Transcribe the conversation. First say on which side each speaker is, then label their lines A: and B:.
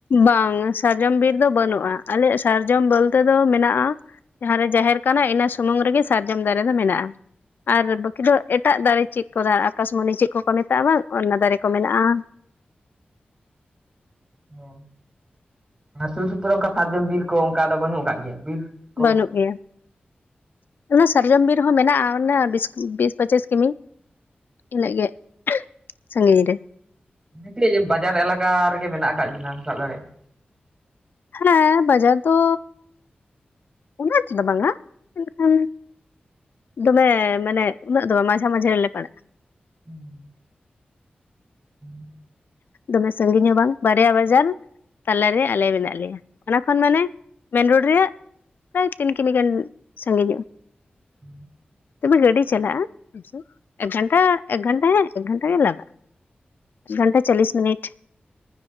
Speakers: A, on the left; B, on the right.
A: ᱵᱟᱝ ᱥᱟᱨᱡᱚᱢ ᱵᱤᱨ ᱫᱚ ᱵᱟᱹᱱᱩᱜᱼᱟ᱾ ᱟᱞᱮᱭᱟᱜ ᱥᱟᱨᱡᱚᱢ ᱵᱚᱞᱛᱮ ᱫᱚ ᱢᱮᱱᱟᱜᱼᱟ ᱾ ᱡᱟᱦᱟᱸᱨᱮ ᱡᱟᱦᱮᱨ ᱠᱟᱱᱟ ᱤᱱᱟᱹ ᱥᱩᱢᱩᱝ ᱨᱮ ᱜᱮ ᱥᱟᱨᱡᱚᱢ ᱫᱟᱨᱮ ᱫᱚ ᱢᱮᱱᱟᱜᱼᱟ᱾ ᱟᱨ ᱵᱟᱹᱠᱤ ᱫᱚ ᱮᱴᱟᱜ ᱫᱟᱨᱮ ᱪᱮᱜ ᱠᱚ ᱫᱟ ᱟᱠᱟᱥᱢᱚᱱᱤ ᱪᱮᱜ ᱠᱚᱠᱚ ᱢᱮᱛᱟᱜᱼᱟ ᱵᱟᱝ ᱚᱱᱱᱟ ᱫᱟᱨᱮ ᱠᱚ ᱢᱮᱱᱟᱜᱼᱟ᱾
B: <inaudible> ᱟᱨ ᱥᱩᱨ ᱥᱩᱯᱩᱨ ᱨᱮ ᱚᱱᱠᱟ ᱥᱟᱨᱡᱚᱢ ᱵᱤᱨ ᱠᱚ ᱚᱝᱠᱟ ᱟᱫᱚ ᱵᱟᱹᱱᱩᱜ ᱟᱠᱟᱫ ᱜᱮᱭᱟ ᱵᱤᱨ? ᱠᱚ
A: ᱵᱟᱹᱱᱩᱜ ᱜᱮᱭᱟ᱾ ᱚᱱᱟ ᱥᱟᱨᱡᱚᱢ ᱵᱤᱨ ᱦᱚᱸ ᱢᱮᱱᱟᱜᱼᱟ ᱚᱱᱟ ᱵᱤᱥ ᱵᱤᱥ ᱯᱚᱸᱪᱤᱥ ᱠᱤᱢᱤ᱾ ᱤᱱᱟᱹᱜ ᱜᱮ <unintelligible> ᱥᱟᱺᱜᱤᱧ ᱨᱮ᱾
B: <unintelligible> ᱵᱟᱡᱟᱨ ᱮᱞᱟᱠᱟ ᱨᱮ ᱜᱮ ᱢᱮᱱᱟᱜ ᱟᱠᱟᱜ ᱜᱤᱱᱟ ᱥᱟᱵ ᱫᱟᱲᱮ ᱾
A: ᱦᱮᱸ, ᱵᱟᱡᱟᱨ ᱫᱚ ᱩᱱᱟᱹᱜ <unintelligible> ᱵᱟᱝ-ᱟ᱾ ᱢᱮᱱᱠᱷᱟᱱ ᱾ ᱫᱚᱢᱮ ᱢᱟᱱᱮ ᱩᱱᱟᱹᱜ ᱫᱚ ᱵᱟᱝ ᱢᱟᱡᱷᱟ ᱢᱟᱡᱷᱮ ᱨᱮ ᱞᱮ ᱯᱟᱲᱟᱜᱼᱟ᱾
B: ᱦᱩᱸ, <unintelligible>
A: ᱫᱚᱢᱮ ᱥᱟᱺᱜᱤᱧ ᱦᱚᱸ ᱵᱟᱝ ᱵᱟᱨᱭᱟ ᱵᱟᱡᱟᱨ ᱾ ᱛᱟᱞᱟ ᱨᱮ ᱟᱞᱮ ᱢᱮᱱᱟᱜ ᱞᱮᱭᱟ᱾ ᱚᱱᱟ ᱠᱷᱚᱱ ᱢᱟᱱᱮ ᱢᱮᱱ ᱨᱳᱰ ᱨᱮᱭᱟᱜ ᱯᱨᱟᱭ ᱛᱤᱱ ᱠᱤᱢᱤ ᱜᱟᱱ ᱥᱟᱺᱜᱤᱧᱚᱜᱼᱟ᱾
B: <inaudible>
A: ᱛᱚᱵᱮ ᱜᱟᱹᱰᱤ ᱪᱟᱞᱟᱜᱼᱟ ᱮᱠ ᱜᱷᱟᱱᱴᱟ ᱮᱠ ᱜᱷᱟᱱᱴᱟ ᱦᱮᱸ ᱮᱠ ᱜᱷᱟᱱᱴᱟ ᱜᱮ ᱞᱟᱜᱟᱜᱼᱟ᱾ ᱜᱷᱟᱱᱴᱟ ᱪᱟᱞᱞᱤᱥ ᱢᱤᱱᱤᱴ ᱾